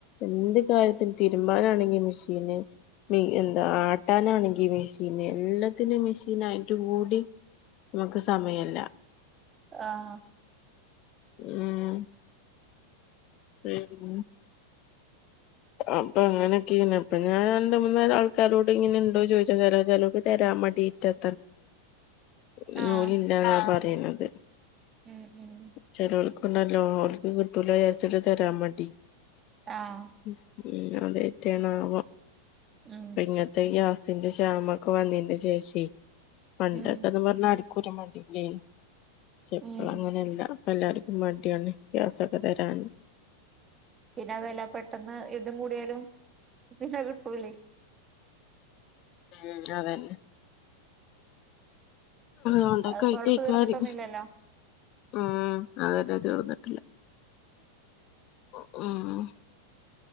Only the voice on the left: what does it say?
എന്ത് കാര്യത്തിനും തിരുമ്പാനാണെങ്ക ഈ മെഷീൻ എന്താ ആട്ടാനാണെങ്കി മെഷീൻ എല്ലാത്തിനും മെഷീൻ ആയിട്ട് കൂടി മ്മക്ക് സമയല്ല
ഉം ഉം അപ്പൊ അങ്ങനെയൊക്കെണ് ഇപ്പൊ ഞാൻ രണ്ട മൂന്നരം ആൾക്കാരോട് ഇങ്ങനെുണ്ടോ ചോദിച്ചാ ചാ ചിലോക്ക് തരാൻ മടീട്ട <unintelligible>
ഓലില്ലാന്ന പറയുന്നത്
ചിലവൾക്കുണ്ടല്ലോ ഓൽക്ക് കിട്ടൂല വിചാരിച്ചിട്ട് തരാൻ മടി
ഉം അതറ്റെ ആണ ആവോ
ഇങ്ങത്തെ ഗ്യാസിന്റെ ക്ഷാമ ഒക്കെ വന്നിന്റെ ശേഷി പണ്ടൊക്കെന്ന്
പറഞ അട് കുരു മടില്ലേ ചെപ്പളം
അങ്ങനെയല്ല അപ്പല്ലാർക്കും മടിയാണ് ഗ്യാസൊക്കെ തെരാന്ന്
ഉം അതന്നെ അതൊണ്ടൊക്കെയിട്ടക്കാര്യം
ഉം അങ്ങന്നെ തീർന്നിട്ടില്ല ഉം